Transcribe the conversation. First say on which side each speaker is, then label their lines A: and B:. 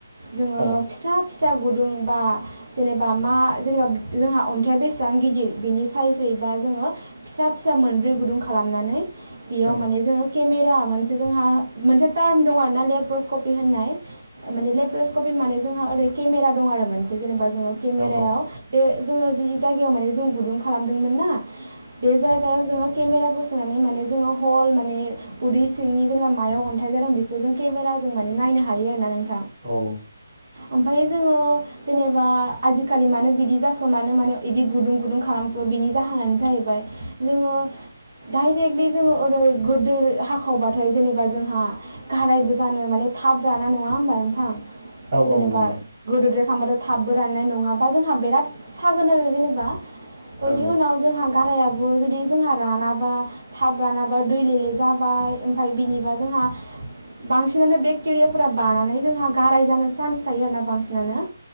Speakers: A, on the right; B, on the right.
A: जोङो
B: औ
A: फिसा फिसा गुदुं बा जेनेबा मा जेनेबा जोंहा अन्थाइया बेसेबां गिदिर बिनि साइजै बा जोङो फिसा फिसा मोनब्रै गुदुं खालाम नानै बेयाव
B: औ
A: माने जोङो जाहा मोनसे जोहा ट्राम्प दंआरोना लेब लेपरसखफि होनाय लेप्रसखफि माने जोंहा ओरै केमेरा दं आरो मोनसे जेनेबा जोङो केमेरायाव
B: औ
A: बे जोङो जि जायगायाव माने जों गुदुं खालामदोंमोन ना बे जायगायाव जोंङो केमेराखौ सोनानै माने जोङो हल माने उदै सिंनि जेनेबा मायाव अन्थाइ जादों बेखौ जों केमेरााजों माने नायनो हायो आरोोना नों
B: औ
A: ओमफाय जोङो जेनेबा आजि खालि मानो बिदि जाखो मानो माने बिदि गुदुं गुदुं खालामखो बिनि जाहोनानो जाहैबाय जोङो डाइरेक्टलि जोङो ओरै गोदोर हाखावबाथाय जेनेबा जोंहा गारायबो जानो माने थाब राना नङा होमबा नोंथां जेनेबा
B: औ नंगौ
A: गुरुद्रेब खांबाथ' थाबबो राननाय नङाबा जोंहा बिराद सागोन आरो जेनेबा बेनि
B: औ
A: उनाव जोंहा गारायाबो जुदि जोंहा राना बा थाब रानाबा दैले ले जाबा बाय ओमफ्राय बिनिबा जोंहा बांसिनानो बेक्टेरियाफोरा बानानै जोंहा गाराय जानो चान्स थायो आरोना बांसिनानो